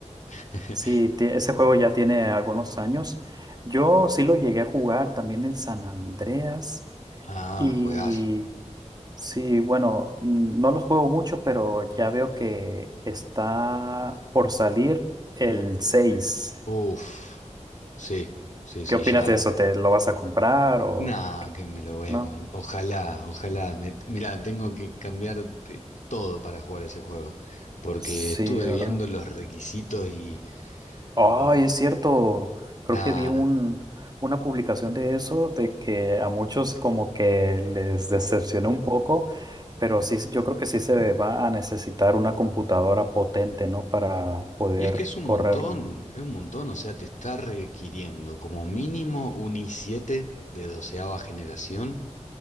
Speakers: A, on the left; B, on the right.
A: <laughs>
B: Sí, ti- ese juego ya tiene algunos años. Yo sí lo llegué a jugar, también el San Andreas.
A: Ah,
B: Y
A: juegazo.
B: sí, bueno, n- no los juego mucho, pero ya veo que está por salir el 6.
A: Uf. Sí, sí, sí,
B: ¿Qué opinas
A: ya.
B: de eso? ¿Te lo vas a comprar o
A: Nah, que me lo voy
B: no?
A: a. com- Ojalá, ojalá. Me- Mirá, tengo que cambiar de- todo para jugar ese juego. Porque
B: Sí,
A: estuve
B: ¿verdad?
A: viendo los requisitos y.
B: Ay,
A: eh,
B: es cierto. Creo
A: nada.
B: que vi un, una publicación de eso, de que a muchos como que les decepcionó un poco, pero sí, yo creo que sí se va a necesitar una computadora potente, ¿no? Para poder
A: Y es que es un
B: correrlo.
A: montón, es un montón, o sea, te está requiriendo como mínimo un i7 de doceava generación,